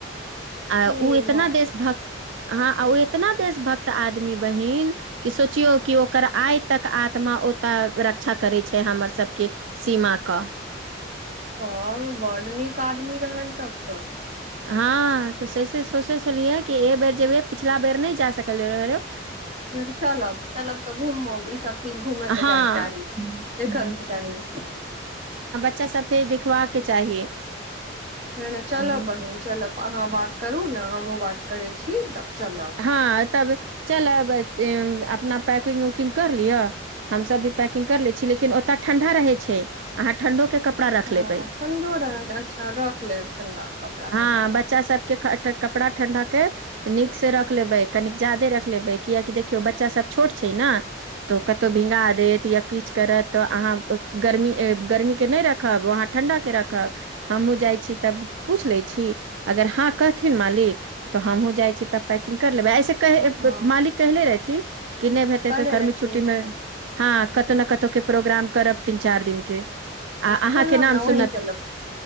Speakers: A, on the right; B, on the right.
A: आ ओ
B: अरे
A: इतना
B: बाप
A: देश भक्त हँ आ ओ इतना देशभक्त आदमी बहीन कि सोचियौ कि ओकर आइ तक आत्मा ओतय रक्षा करत छै हमर सभके सीमा क'
B: तहन बड नीक आदमी रहल तब त्तऽ
A: हँ तऽ से से सोचै छलियै कि एहि बेर जेबै पिछला बेर नहि जा सकलीय रहे रहे
B: नहि त'चलब चलब तऽ घूमब इसभ चीज घूमयके
A: हँ
B: जाय चाही देखयके चाही
A: बच् सभकेे देखबा के चाही
B: नहि नहि चलब
A: हम्म।
B: बहिन चलब अहाँ बात करू न हमहुँ बात करै छी तब चलब
A: हँ तब चलब अपना पैकिंग उकिंग कर लिअ हमसब भी पैकिग कर लय छी लेकिन ओतय ठंडा रहय छै अहाँ ठण्डो के कपड़ा
B: अच्छा
A: रख लेबै
B: ठण्ढो रहत अच्छा रख लेब ठण्ढाके कपड़ा
A: हँ
B: हम
A: बच्चा सबके ख- ठ- कपड़ा ठण्डा के नीक से रख लेबै कनिक जादे रख लेबै कियाकी देखियौ बच्चा सभ छोट छै ने तऽ कतहु भींगा देत या किछु करत तऽ अहाँ गर्मी गर्मीके नहि रखब अहाँ ठण्डाके रखब हमहुं जाइ छी तब पूछि लै छी अगर हँ कहथिन मालिक तऽ हमहुँ जाइ छी तब पैकिंग कर लेबै ऐसे कह
B: हँ
A: मालिक कहले रहथिन कि नहि हेते
B: कहले
A: तऽ गर्मी
B: रहथिन
A: छुट्टीमे हँ कतहु ने कतहु के प्रोग्राम करब तीन चारि दिन के आ
B: हं तऽ
A: अहाँके
B: चलब
A: नाम
B: ने वंही
A: सुनत
B: चलब